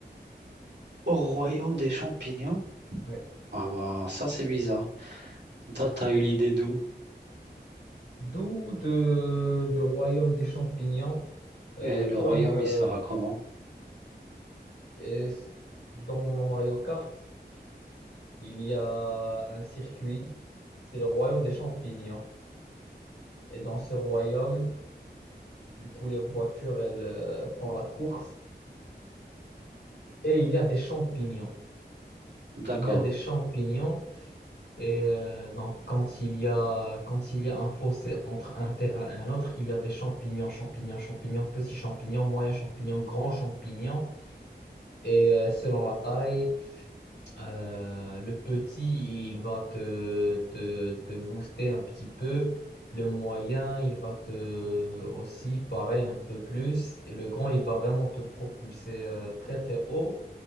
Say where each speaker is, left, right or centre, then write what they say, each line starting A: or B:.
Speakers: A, on the right; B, on the left.
A: Au royaume des champignons?
B: Ouais.
A: Ah bah, ça c'est bizarre. T'as t'as eu l'idée d'où?
B: D'où de, du royaume des champignons, euh,
A: Et le
B: comme
A: royaume,
B: euh,
A: il sera comment?
B: est-ce- dans Mario Kart, il y a un circuit, c'est le royaume des champignons. Et dans ce royaume, du coup, les voitures, elles euh, font la course. Et il y a des champignons.
A: D'accord.
B: Il y a des champignons Et euh, donc, quand il y a, quand il y a un fossé entre un terrain et un autre, il y a des champignons, champignons, champignons, petits champignons, moyens champignons, grands champignons. Et euh, selon la taille, euh, le petit, il va te, te, te booster un petit peu. Le moyen, il va te aussi, pareil, un peu plus. Et le grand, il va vraiment te propulser euh, très, très haut.